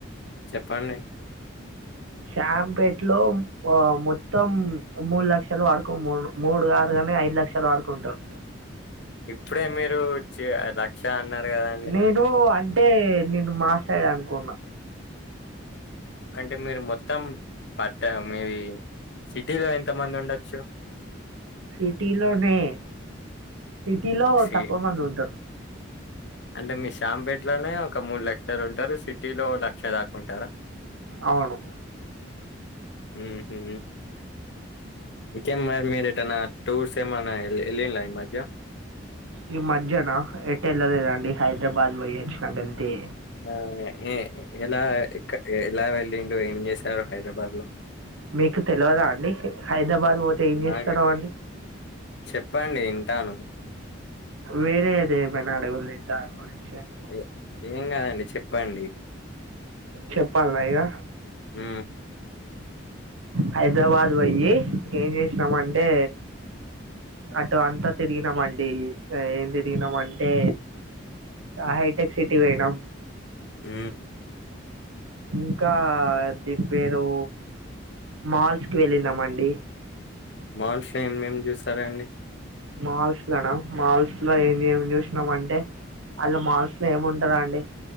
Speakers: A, on the left; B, on the right.
A: చెప్పండి
B: శాంపేట్ లో మొత్తం మూడు లక్షల వరకు మూ మూడు గద్ కని ఐదు లక్షల వరకు ఉంటరు
A: ఇప్పుడే మీరు చ్ లక్ష అన్నారు కదండి
B: నేను అంటే నిను మా సైడ్ అనుకున్నా
A: అంటే మీరు మొత్తం పట్ట మీది సిటీలో ఎంత మంది ఉండొచ్చు
B: సిటీలోనే సిటీలో
A: సి
B: తక్కువ మంది ఉంటారు
A: అంటే మీ శాంపేటలోనే ఒక మూడు లక్షలు ఉంటారు సిటీలో లక్ష దాకా ఉంటారా
B: అవును
A: మ్ హు ఇంకేం మరి మీరేటన్న టూర్స్ ఏమన్న ఎళ్ళిల్ల ఈ మధ్య
B: ఈ మధ్యన ఎటెళ్ళలేదండి హైదరాబాద్ పోయ్యోచ్చిన గంతే
A: ఆ ఎ ఎలా ఎక్ ఎలా వెల్లిండు ఏం చేశారు హైదరాబాద్ లో
B: మీకు తెలియదా అండి హై హైదరాబాద్ పోతే ఏం చేస్తడు
A: నాకు
B: అవ్వన్ని
A: చెప్పండి వింటాను
B: వేరే ఏదేమైన అడుగుల్లి దాన్ గురించి అండి,
A: ఏ ఏం కాదండి చెప్పండి
B: చెప్పల్ల ఇగా
A: ఉ
B: హైదరాబాద్ పోయ్యి ఏం చేసినామంటే అటు అంతా తిరిగినమండి ఏం తిరిగినాం అంటే హైటెక్ సిటీ పోయనం
A: ఊ
B: ఇంకా దీని పేరు మాల్స్ కి వెళ్ళినామండి
A: మాల్స్ లో ఏం ఏం చూసారండి
B: మాల్స్ లోనా మాల్స్ లో ఏం ఏమి చూసినాం అంటే అళ్ళ మాల్స్ లో ఏముంటాదండి